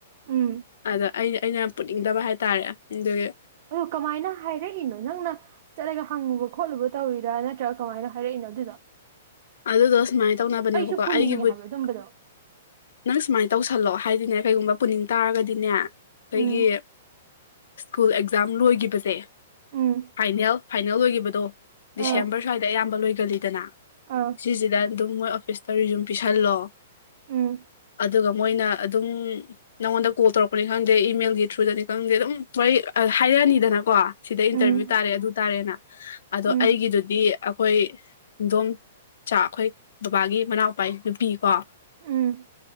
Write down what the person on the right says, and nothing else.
ꯎꯝ
ꯑꯗꯨ ꯀꯃꯥꯏꯅ ꯍꯥꯏꯔꯛꯏꯅꯣ ꯅꯪꯅ ꯆꯠꯂꯒ ꯍꯪꯉꯨꯕ ꯈꯣꯠꯂꯨꯕ ꯇꯧꯋꯤꯔꯥ ꯅꯠꯇ꯭ꯔꯒ ꯀꯃꯥꯏꯅ ꯍꯥꯏꯔꯛꯏꯅꯣ ꯑꯗꯨꯗꯣ
ꯑꯩꯁꯨ ꯄꯨꯅꯤꯡꯉꯦ
ꯍꯥꯏꯕ ꯑꯗꯨꯝꯕꯗꯣ
ꯎꯝ
ꯎꯝ
ꯑꯥ
ꯑꯥ
ꯎꯝ
ꯎꯝ
ꯎꯝ
ꯎꯝ